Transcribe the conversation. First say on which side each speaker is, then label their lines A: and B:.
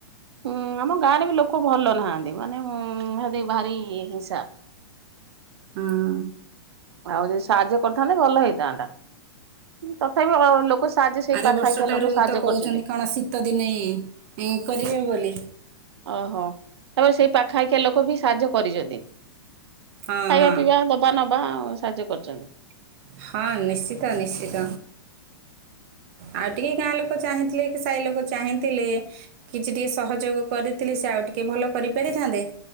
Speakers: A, on the right; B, on the right.
A: ହୁଁ ଆମ ଗାଁରେ ବି ଲୋକ ଭଲ ନାହାନ୍ତି ମାନେ ଭାରି ଭାରି ହିଂସା।
B: ହୁଁ।
A: ଆଉ ଯଦି ସାହାଯ୍ୟ କରିଥାନ୍ତେ ଭଲ ହେଇଥାନ୍ତା। ତଥାପି ଅ ଲୋକ ସାହାଯ୍ୟ ସେଇ
B: ଆର
A: ପାଖଆଖିଆ
B: ବର୍ଷ ଠାରୁ
A: ଲୋକ ସାହାଯ୍ୟ
B: ତ କହୁଛନ୍ତି
A: କରିଛନ୍ତି
B: କଣ ଶୀତ ଦିନେ କରିବେ ବୋଲି।
A: ଓହୋ ତାପରେ ସେଇ ପାଖା ଆଖିଆ ଲୋକ ବି ସାହାଯ୍ୟ କରିଛନ୍ତି।
B: ହଁ
A: ଖାଇବା
B: ହଁ
A: ପିଇବା ଦବା ନବା ଆଉ ସାହାଯ୍ୟ କରୁଛନ୍ତି।
B: ହଁ ନିଶ୍ଚିତ ନିଶ୍ଚିତ। ଆଉ ଟିକେ ଗାଁ ଲୋକ ଚାହିଁଥିଲେ କି ସାହି ଲୋକ ଚାହିଁଥିଲେ କିଛି ଟିକେ ସହଯୋଗ କରିଥିଲି ସେ ଆଉ ଟିକିଏ ଭଲ କରିପାରିଥାନ୍ତେ।